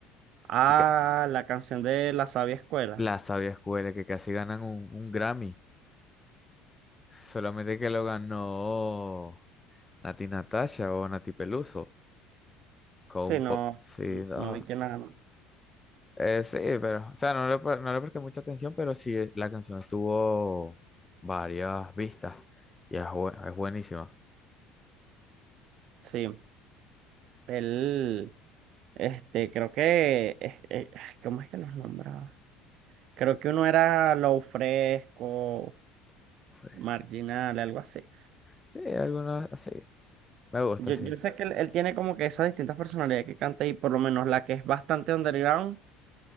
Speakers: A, on the right; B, on the left.
A: Ah,
B: Y ca-
A: la canción de La Sabia Escuela.
B: La Sabia Escuela, que casi ganan un, un Grammy. Solamente que lo ganó Nati Natasha o Nati Peluso. Con
A: Sí,
B: un
A: no,
B: pop. Sí, no.
A: no vi que nada.
B: Eh, sí, pero. O sea, no le, pre- no le presté mucha atención, pero sí, eh, la canción tuvo varias vistas. Y es, bu- es buenísima.
A: Sí, él, este, creo que, es- es- ay, ¿cómo es que los nombraba? Creo que uno era Low Fresco,
B: Sí,
A: Marginal, algo así.
B: sí, algunas así. Me gusta,
A: Yo,
B: sí.
A: yo sé que él, él tiene como que esas distintas personalidades que canta y por lo menos la que es bastante underground